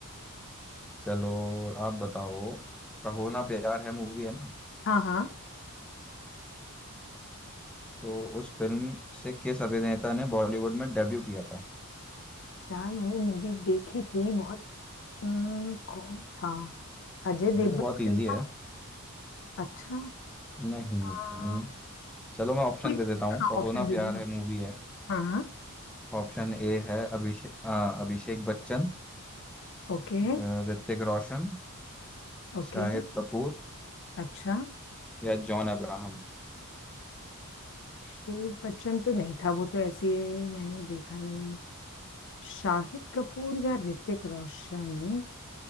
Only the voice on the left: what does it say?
हाँ हाँ
यार मैंने मूवी देखी थी बहुत हम्म, कौन था अजय देवगन
तो
नहीं
था अच्छा
आ,
कोई
हाँ
ऑप्शन
दे
दो
हाँ
ओके
ओके
अच्छा
शेख बच्चन तो नहीं था वो तो ऐसे मैंने देखा नहीं है शाहिद कपूर या ऋतिक रोशन